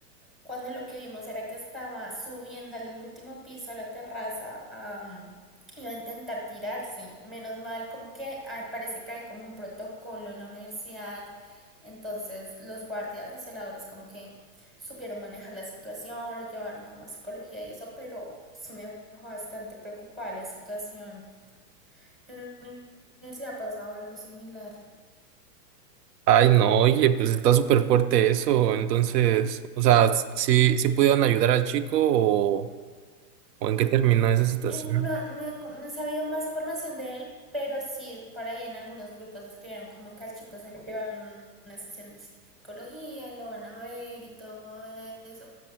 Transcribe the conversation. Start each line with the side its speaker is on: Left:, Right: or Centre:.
Centre: cuando lo que vimos era que estaba subiendo al último piso a la terraza a iba a intentar tirarse. Menos mal, como que ay, parece que hay como un protocolo en la universidad. Entonces los guardias, los celadores, como que supieron manejar la situación, lo llevaron como a psicología y eso, pero sí me dejó bastante preocupada la situación. En la universidad ha pasado algo similar.
Right: Ay, no, oye, pues está súper fuerte eso, entonces, o sea, s- ¿sí, sí pudieron ayudar al chico o, o en qué terminó esa situación?
Centre: Eh, No, no, no sabía más información de él, pero sí, por ahí en algunos grupos escribieron como que al chico se lo llevan una sesión de psicología y lo van a ver y todo eso.